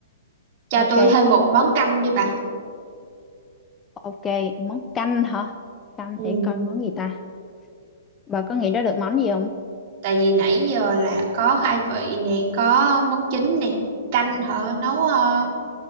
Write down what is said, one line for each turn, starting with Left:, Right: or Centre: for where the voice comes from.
Right: cho
Left: ok
Right: tôi thêm một món canh đi bà.
Left: ok món canh hả canh
Right: Ừ,
Left: để coi món gì ta bà có nghĩ ra được món gì không
Right: tại vì nãy giờ là có khai vị nè, có món chính nè, canh hả? Nấu ờ,